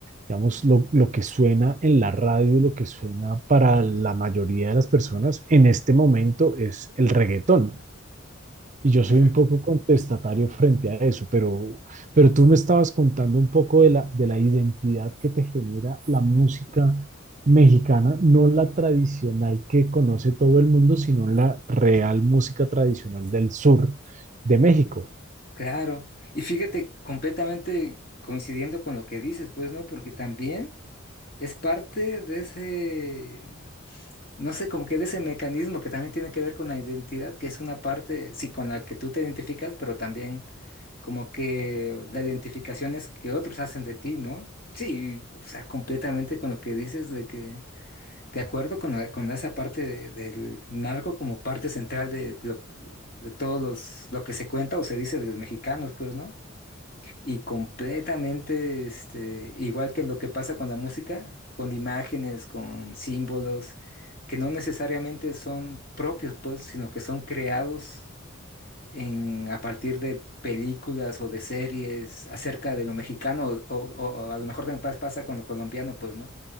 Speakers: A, on the right (about 35°); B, on the left (about 45°).
A: digamos, lo, lo que suena en la radio, y lo que suena para la mayoría de las personas en este momento es el reggaetón. Y yo soy
B: Ujú,
A: un poco contestatario frente a eso, pero, pero tú me estabas contando un poco de la, de la identidad que te genera la música mexicana, no la tradicional que conoce todo el mundo, sino la real música tradicional del sur de México.
B: Claro, y fíjate, completamente coincidiendo con lo que dices, pues, ¿no? Porque también es parte de ese, no sé, como que de ese mecanismo que también tiene que ver con la identidad, que es una parte, sí, con la que tú te identificas, pero también como que la identificación es que otros hacen de ti, ¿no? Sí, o sea, completamente con lo que dices de que De acuerdo con, la- con esa parte de- del narco como parte central de, lo- de todos los, lo que se cuenta o se dice de los mexicanos, pues, ¿no? Y completamente, este, igual que en lo que pasa con la música, con imágenes, con símbolos, que no necesariamente son propios, pues, sino que son creados en, a partir de películas o de series acerca de lo mexicano, o, o- o a lo mejor también pas- pasa con lo colombiano, pues, ¿no?